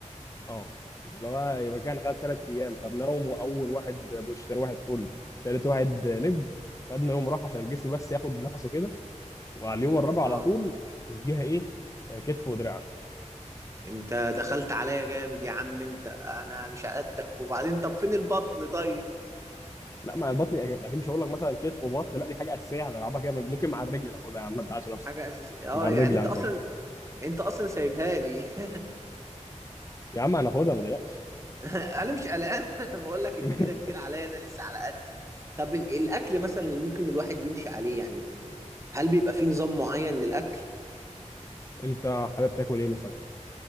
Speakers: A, on the left (about 25°); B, on the right (about 25°).
A: اه يبقى بقى يبقى كان خد ثلاث ايام خدناهم واول واحد بوش ثاني واحد بول ثالث واحد لج خدنا يوم راحه عشان الجسم بس ياخد نفسه كده وعلى اليوم الرابع
B: اه
A: على طول نديها ايه آه، كتف ودراع
B: انت دخلت عليا جامد يا عم انت انا مش هقدك وبعدين طب فين البطن طيب
A: لا ما البطن اكيد مش هقول لك مثلا كتف وبطن لا دي حاجه اساسيه هنلعبها كده ممكن مع الرجل ناخدها يا عم ما تزعلش نفسك
B: حاجة اساسية
A: مع
B: اه
A: الرجل
B: يعني انت
A: هناخدها
B: اصلا انت اصلا سايبها لي <laughs>
A: يا عم هناخدها ما تقلقش
B: انا مش قلقان <laughs> بقول لك ان
A: <laughs>
B: كده كتير عليا انا لسه على قدي طب ال- الاكل مثلا اللي ممكن الواحد يمشي عليه يعني هل بيبقى فيه نظام معين للاكل
A: انت حابب تاكل ايه مثلا